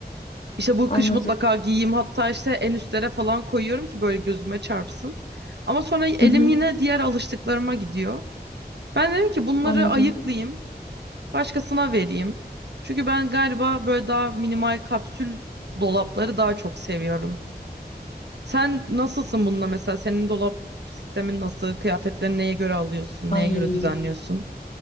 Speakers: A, on the right (about 90°); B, on the left (about 50°).
A: İşte bu
B: Anladım.
A: kış mutlaka giyeyim. Hatta işte en üstlere falan koyuyorum ki böyle gözüme çarpsın. Ama sonra elim
B: Hı hı.
A: yine diğer alıştıklarıma gidiyor. Ben dedim ki bunları
B: Anladım.
A: ayıklayayım, başkasına vereyim. Çünkü ben galiba böyle daha minimal kapsül dolapları daha çok seviyorum. Sen nasılsın bununla mesela? Senin dolap sistemin nasıl? Kıyafetlerini neye göre alıyorsun?
B: Ay
A: Neye göre düzenliyorsun?